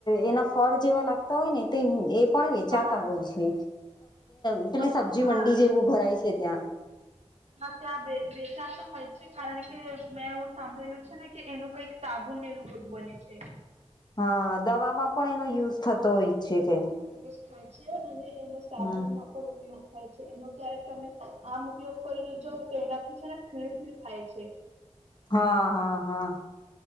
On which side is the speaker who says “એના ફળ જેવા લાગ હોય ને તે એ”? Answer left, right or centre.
Left